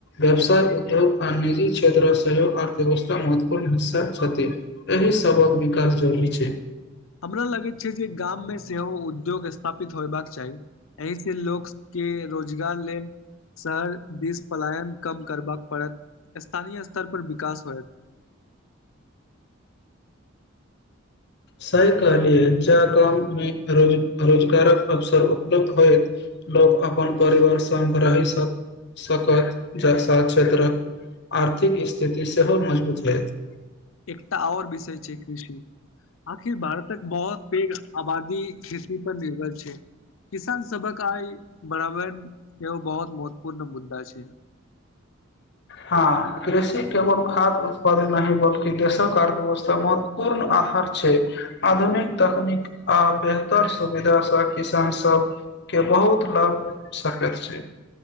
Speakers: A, on the left (about 55°); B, on the left (about 80°).
A: व्यवसाय उद्योग आ निजी क्षेत्र सेहो अर्थव्यवस्था महत्वपूर्ण हिस्सा छथि, एहि सबक विकास जरूरी छै।
B: हमरा लगैत छै जे गाममे सेहो उद्योग स्थापित होयबाक चाही, एहि से लोकके रोजगार लेल शहर दिस पलायन कम करबाक पड़त। स्थानीय स्तर पर विकास होए।
A: सही कहलियए, जा गाममे रोज रोजगारक अवसर उपलब्ध होय, लोक अपन परिवार सग रहि स सकत, जा साथ क्षेत्रक आर्थिक स्थिति सेहो मजबूत होयत।
B: एकटा आओर विषय छै कृषि, आखिर भारतक बहुत पैघ आबादी खेती पर निर्भर छै, किसान सबक आइ बड़ाबड़ एो बहुत महत्वपूर्ण मुद्दा छै।
A: हँ कृषि केवल खाद उत्पादन नहि, बल्कि देशक अर्थव्यवस्था महत्वपूर्ण आधार छै, आधुनिक तकनीक आ बेहतर सुविधासँ किसान सभके बहुत लाभ सकैत छै।